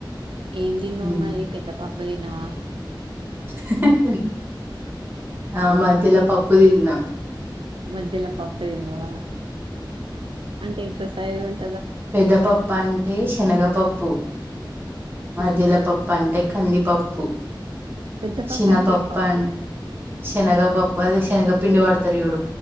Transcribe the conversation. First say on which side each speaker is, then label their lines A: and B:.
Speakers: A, on the right; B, on the right.
A: ఏం తిన్నవు
B: ఉమ్.
A: మరి పెద్దపప్ పొయినా
B: <unintelligible> ఆ మధ్యలో పప్పు తిన్నాం
A: మధ్యలో పప్పు తిన్నావా? అంటే ఎక్సస్ <unintelligible>
B: పెదపప్పు అంటే శనగపప్పు, మధ్యలపప్పు
A: ఆ
B: అంటె కందిపప్పు
A: పెద్దపప్పు
B: శనపప్పు
A: అంటే ఏం పప్పు
B: అం శనగపప్పు అదే శనగపిండి వాడుతరు జూడు.